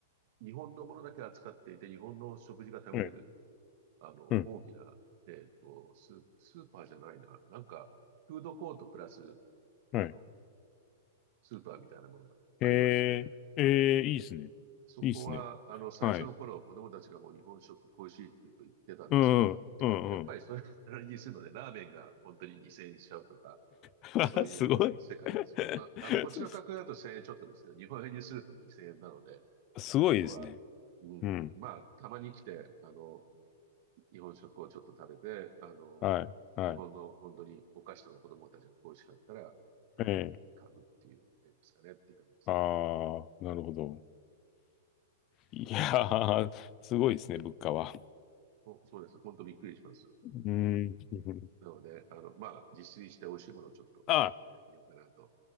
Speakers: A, on the right; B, on the left.
A: 日本のものだけ扱っていて、日本の食事が食べれる、
B: ええ、
A: あの、
B: うん、
A: 大きな、えーっと、ス、スーパーじゃないな、なんか、フードコートプラス、
B: はい。
A: あの、スーパーみたいなものがありまして、
B: へえ、ええ、
A: はい。
B: いいですね。
A: そこは、
B: いいですね。
A: あの、最初の頃、
B: はい。
A: 子供たちがもう日本食恋しいって言うと言ってたんですけど、
B: うんうん、うんうん。
A: やっぱりそれなりにするので、ラーメンが本当に2000円しちゃうとか、
B: <laughs>
A: そういう世界ですよ。
B: すごい。<laughs>
A: まあ、あの、こっちの価格だと1000円ちょっとですけど、
B: す
A: 日本円にすると2000円なので、
B: すごいですね。
A: ここは、うん、
B: うん。
A: まあ、たまに来て、あの、日本食をちょっと食べて、あの、
B: はい、はい。
A: 日本の本当にお菓子とか子供たちが恋しかったら、あの、
B: ええ。
A: 買うっていう面ですかねっていう感じですね。
B: ああ、なるほど。いやー、<laughs> すごいですね、物価は。
A: そうそうです。本当びっくりします。
B: <laughs> うん。<laughs>
A: なので、あの、まあ、自炊して美味しいものをちょっと作ってみようかなと。
B: あ